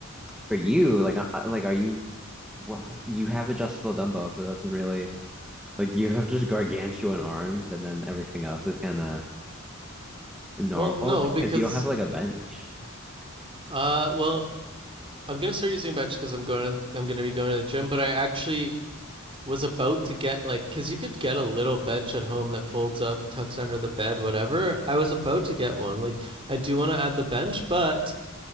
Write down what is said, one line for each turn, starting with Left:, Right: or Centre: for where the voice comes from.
Centre: for you, like, I- I- like, are you what you have adjustable dumbbells, but that's really Like, do you have just gargantuan arms and then everything else is kind of normal?
Right: Well, no,
Centre: Like,
Right: because
Centre: because you don't have like a bench.
Right: uh well, I'm going to start using a bench cuz I'm going to I'm going to be going to the gym, but I actually was about to get like cuz you could get a little bench at home that folds up, tucks under the bed, whatever. I was about to get one. Like I do want to add the bench, but